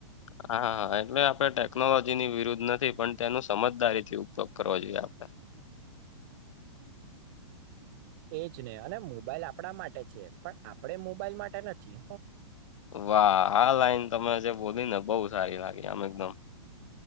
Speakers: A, on the left (about 75°); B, on the right (about 40°).
A: હા હા એટલે આપડે ટેકનોલોજીની વિરુદ્ધ નથી પણ તેનો સમજદારીથી ઉપયોગ કરવો જોઈએ આપણે
B: એજ ને અને મોબાઈલ આપણા માટે છે, પણ આપણે મોબાઈલ માટે નથી
A: વાહ આ લાઈન તમે જે બોલીને બહુ સારી લાગી આમ એકદમ